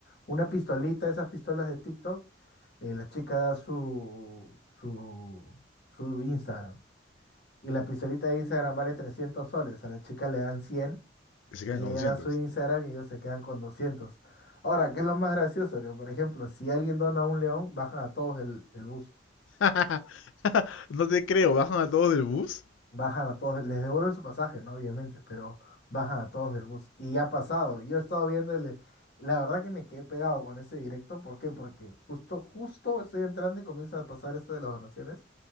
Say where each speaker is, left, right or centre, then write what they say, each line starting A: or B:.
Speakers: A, on the left (about 55°); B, on the left (about 80°).
A: una pistolita, esas pistolas de TikTok, eh, la chica da su, su, su Instagram. Y la pistolita de Instagram vale 300 soles. A la chica le dan 100
B: Se quedan
A: y
B: con
A: ella
B: 200.
A: da su Instagram y ellos se quedan con doscientos Ahora, ¿qué es lo más gracioso? Que, por ejemplo, si alguien dona un león, bajan a todos del, del bus.
B: <laughs> No te creo, ¿bajan a todos del bus?
A: Bajan a todos, les devuelven su pasaje, ¿no? Obviamente, pero bajan a todos del bus. Y ya ha pasado. Yo he estado viendo el... La verdad que me quedé pegado con ese directo. ¿Por qué? Porque justo, justo estoy entrando y comienza a pasar esto de las donaciones